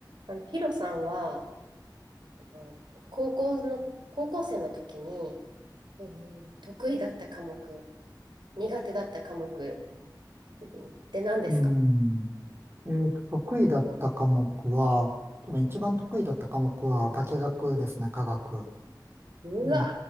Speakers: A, on the right; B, on the right.
A: あの、ヒロさんは、あの、高校の、高校生の時に、えー得意だった科目、苦手だった科目うんって何ですか
B: うん。えーと、得意だった科目は、多分一番得意だった科目は化学ですね、化学。
A: うわ、
B: え